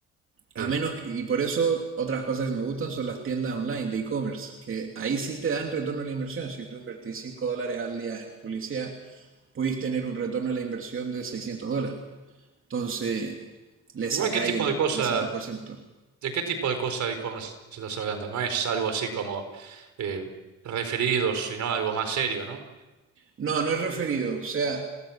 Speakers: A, on the right (about 45°); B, on the right (about 70°).
A: A
B: bien.
A: menos, y por eso otras cosas que me gustan son las tiendas online de e-commerce, que ahí sí te dan retorno a la inversión. Si tú invertís 5 dólares al día en publicidad, podéis tener un retorno a la inversión de 600 dólares. Entonces, le
B: Igual,
A: sacáis
B: ¿qué tipo
A: el
B: de cosa,
A: 300%.
B: de qué tipo de cosa de e-commerce estás hablando? No es algo así como eh, referidos, sino algo más serio, ¿no?
A: No, no es referido. O sea,